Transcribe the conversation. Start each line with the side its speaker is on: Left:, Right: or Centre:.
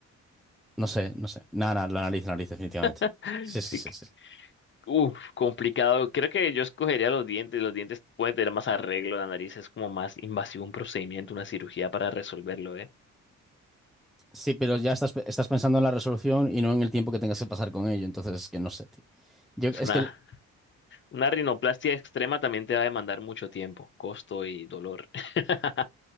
Centre: No sé, no sé. Nada, nada, la nariz, la nariz, definitivamente.
Left: <laughs>
Centre: Sí, sí,
Left: Sí
Centre: sí,
Left: que-
Centre: sí.
Left: Uf, complicado. Creo que yo escogería los dientes. Los dientes pueden tener más arreglo. La nariz es como más invasivo un procedimiento, una cirugía para resolverlo, ¿eh?
Centre: Sí, pero ya estás, estás pensando en la resolución y no en el tiempo que tengas que pasar con ello. Entonces, es que no sé, tío. Yo,
Left: O
Centre: es
Left: sea, una,
Centre: que,
Left: una rinoplastia extrema también te va a demandar mucho tiempo, costo y dolor. <laughs>